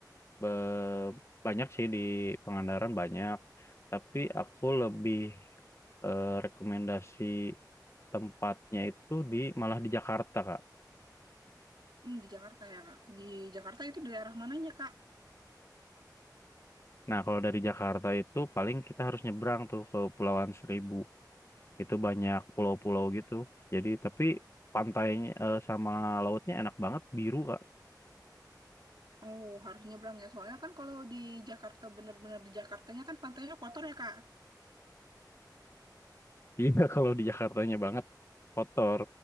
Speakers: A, on the left; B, on the right.
A: be- banyak sih di Pangandaran banyak, tapi aku lebih eh, rekomendasi tempatnya itu di malah di Jakarta, Kak.
B: Hmm, di Jakarta ya kak. Di Jakarta itu di daerah mananya kak?
A: Nah, kalau dari Jakarta itu paling kita harus nyebrang tuh ke Pulauan Seribu. Itu banyak pulau-pulau gitu. Jadi tapi pantainya eh, sama lautnya enak banget biru, Kak.
B: Oh, harus nyebrang ya. Soalnya kan kalau di Jakarta bener-bener di Jakartanya kan pantainya kotor ya, Kak.
A: Iya <laughs> kalau di Jakartanya banget kotor.